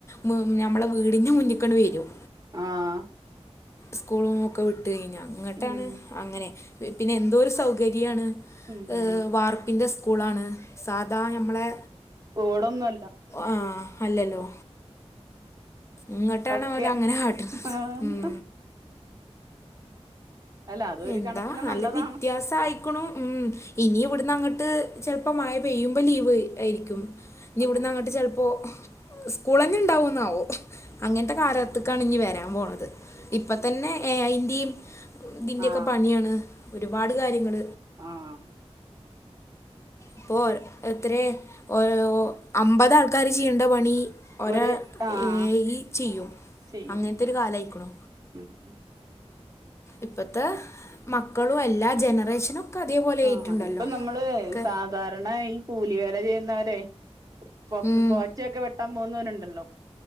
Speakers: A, on the left; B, on the right.
A: മുൻ ഞമ്മളെ വീട്ന്റെ മുന്ന്ക്കണ്ട് വെരും.
B: ആഹ്
A: സ്ക്കൂളൊക്കെ വിട്ട് കഴിഞ്ഞ ഇങ്ങട്ടാണ്
B: ഉം
A: അങ്ങനെ പിന്നെ എന്തോരു സൗകര്യാണ്.
B: ഉം
A: ഏഹ് വാർപ്പിൻ്റെ സ്കൂളാണ് സാധാ ഞമ്മളെ
B: ഓടൊന്നല്ല
A: ആ അല്ലല്ലോ ഇങ്ങട്ടാണ്
B: ഒക്കെ
A: ഓലങ്ങനെ കാട്ടണത്
B: ആഹ്
A: മ്
B: അല്ല അതൊരു
A: എന്താ
B: കണക്കിന്
A: നല്ല
B: നല്ലതാണ്
A: വിത്യാസായി കണ് മ് ഇനി ഇവിടുന്ന് അങ്ങട്ട് ചെിലപ്പോ മഴ പെയ്യുമ്പോ ലീവ് ആരിക്കും ഇഞ്
B: ആഹ്
A: ഇവിടുന്ന് അങ്ങട്ട് ചിലപ്പോ സ്കൂൾ തന്നെ ഉണ്ടാവോന്നാവോ അങ്ങനത്തെ കാലത്ത്ക്കാണ് ഇനി വരാൻ പോണത് ഇപ്പം തന്നെ എ ഐ ന്റിം ഇതിൻന്റെയൊക്കെ
B: ആഹ്
A: പണിയാണ് ഒരുപാട് കാര്യങ്ങൾ
B: ആഹ്
A: ഇപ്പോൾ എത്ര ഓ ഓ മ്പതാൾക്കാർ ചെയ്യേണ്ട പണി ഒരാ
B: ഒരു ആഹ്
A: എ ഐ ചെയ്യും
B: ചെയ്യും
A: അങ്ങനത്തെ ഒരു കാലായിക്ക്ണു
B: <unintelligible>
A: ഇപ്പത്തെ മക്കളും എല്ലാ ജനറേഷനും അതേപോലെ ആയിട്ടുണ്ടല്ലോ
B: ആഹ ഇപ്പൊ നമ്മള്
A: ഒക്കെ
B: സ ഉധാരണായി കൂലി വേല ചെയ്യുന്നവരെ പൊക്ക്
A: ഉം.
B: പോ ഉച്ചയെക്ക് വെട്ടാൻ പോകുന്നവരുണ്ടല്ലോ